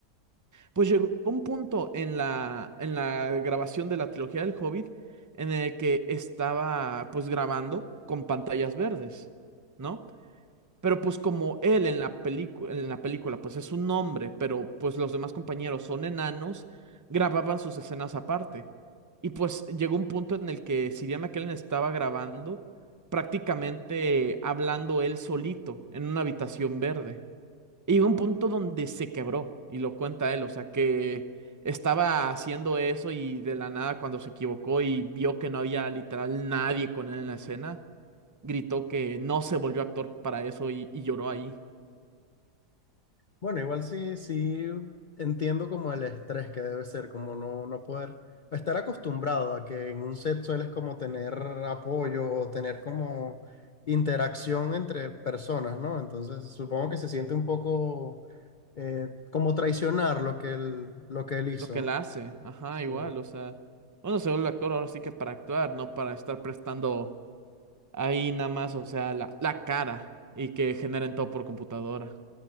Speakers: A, on the right; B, on the left.
A: Pues llegó un punto en la, en la grabación de la trilogía del Hobbit en el que estaba pues grabando con pantallas verdes, ¿no? Pero pues como él en la película, en la película pues es un hombre, pero pues los demás compañeros son enanos, grababan sus escenas aparte. Y pues llegó un punto en el que si Ian McKellen estaba grabando prácticamente hablando él solito en una habitación verde. Y llegó un punto donde se quebró, y lo cuenta él, o sea, que estaba haciendo eso y de la nada cuando se equivocó y vio que no había literal nadie con él en la escena, gritó que no se volvió actor para eso y, y lloró ahí.
B: Bueno, igual sí, sí entiendo como el estrés que debe ser, como no, no poder estar acostumbrado a que en un set sueles como tener apoyo o tener como interacción entre personas, ¿no? Entonces supongo que se siente un poco eh, como traicionar lo que él, lo que él hizo,
A: Lo que
B: ¿no?
A: la hace, ajá,
B: Sí.
A: igual, o sea, uno se vuelve actor ahora sí que para actuar, no para estar prestando ahí nada más, o sea, la, la cara y que generen todo por computadora.